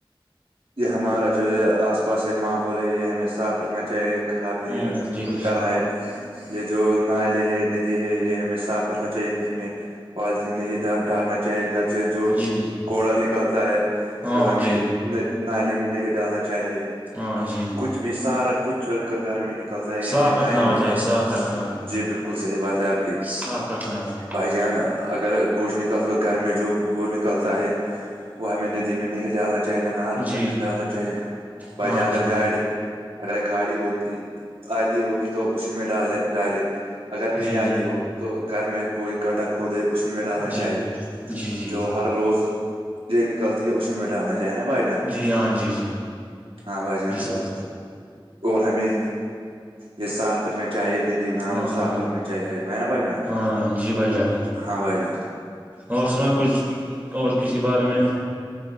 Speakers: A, on the right (about 80°); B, on the right (about 20°).
A: یہ ہمارا جو آس پاس ماحول ہے یہ ہمیں صاف رکھنا چاہیے خراب نہیں
B: ہاں جی
A: کرنا ہے یہ جو نالے ہے ندی ہے یہ ہمیں صاف رکھنا چاہیے اس میں پالتین نہیں ڈالنا چاہیے گھر سے جو
B: جی
A: کوڑا نکلتا ہے
B: ہاں
A: وہ ہمیں
B: جی
A: نالی میں نہیں ڈالنا چاہیے
B: ہاں جی
A: کچھ بھی سارا کچھ اگر گرمی نک کلتا ہے یہ
B: صاف
A: ہم
B: رکھنا
A: نی
B: ہوتا
A: میں نے
B: ہے صاف رکھنا ہے
A: جی بالکل صحیح بات ہے آپ کی
B: صاف رکھنا ہے
A: بھائی جان اگر کچھ نکل تو گھر میں جو وہ نکلتا ہے وہ ہمیں ندی میں نہیں ڈالنا چاہیے نہ نالوں میں
B: جی
A: نہیں ڈالنا چاہیے بائی
B: ہاں
A: جہاں اگر
B: جی
A: گاڑی اگر گاڑی ہوتی آتی ہوگی تو اسی میں ڈالے ڈالے اگر نہیں
B: جی
A: آتی
B: جی
A: ہو تو گھر میں کوئی گڈا کھو دے اسی میں ڈالنا
B: جی
A: چاہیے
B: جی جی
A: جو ہر روز یہ نکلتے ہے اسی میں ڈالنا چائے نا بھائی جان
B: جی ہاں جی جی
A: ہاں بھائی جان
B: جی سر
A: اور ہمیں یہ صاف رنے چاہ ندی نالو
B: ہاں
A: صاف رکھن چاہے ب نا بائی جان
B: ہاں جی بھائی جان
A: ہاں بائی جان
B: اور سنا کچھ اور کسی بارے میں